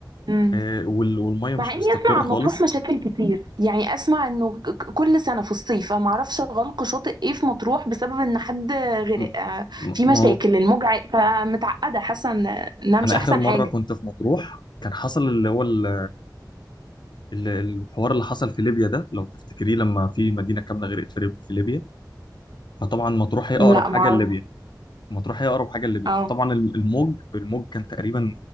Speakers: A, on the right (about 70°); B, on the left (about 75°).
A: امم
B: آه، وال- والميه مش
A: مع اني
B: مستقره
A: اسمع عن
B: خالص
A: مطروح مشاكل كتير يعني اسمع انه ك- ك- كل سنة في الصيف انا معرفش غلق شاطئ ايه في مطروح بسبب ان حد غرق
B: م-
A: آه،
B: م-
A: في مشاكل
B: ما هو
A: الموج عا- فمتعقدة حاسة إن- انها مش
B: انا
A: احسن
B: اخر مره
A: حاجة
B: كنت في مطروح كان حصل اللي هو ال- ال- الحوار اللي حصل في ليبيا ده لو تفتكريه لما في مدينه كامله غرقت في في ليبيا فطبعا مطروح هي
A: لا
B: اقرب حاجه
A: معرفش
B: لليبيا مطروح هي اقرب حاجه لليبيا
A: اه
B: فطبعا الم- الموج الموج كان تقريبا